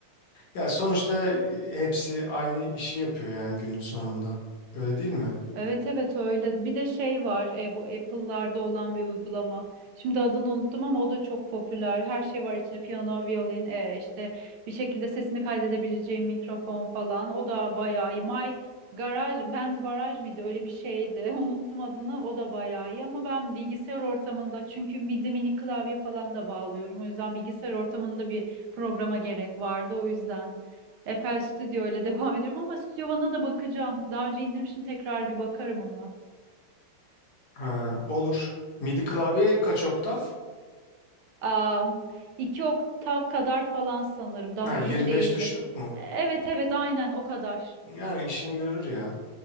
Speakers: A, on the left; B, on the right.
A: ya sonuçta e, hepsi aynı işi yapıyor yani günün sonunda. Öyle değil mi?
B: Evet evet öyle. Bir de şey var e, bu Apple'larda olan bir uygulama. Şimdi adını unuttum ama o da çok popüler. Her şey var içinde piyano, violin, e, işte bir şekilde sesini kaydedebileceğim mikrofon falan. O da bayağı iyi. My Garage Band Baraj mıydı? Öyle bir şeydi. <laughs> Unuttum adını. O da bayağı iyi ama ben bilgisayar ortamında çünkü bir de mini klavye falan da bağlıyorum. O yüzden bilgisayar ortamında bir programa gerek vardı o yüzden. FL Studio ile devam ediyorum ama Studio One'a da bakacağım. Daha önce indirmiştim tekrar bir bakarım ona.
A: Ha, olur. MIDI klavye kaç oktav?
B: Am, iki oktav kadar falan sanırım. Daha
A: Ha, 25
B: büyük değildi.
A: tuşluk mu?
B: E, Evet evet aynen o kadar.
A: Yani işini görür ya.